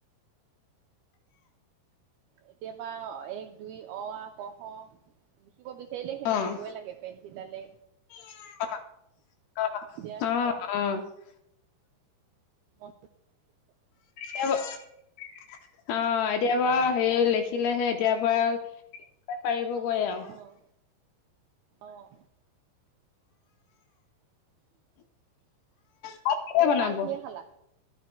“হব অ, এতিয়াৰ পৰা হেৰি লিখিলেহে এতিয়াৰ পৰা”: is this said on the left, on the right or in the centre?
Left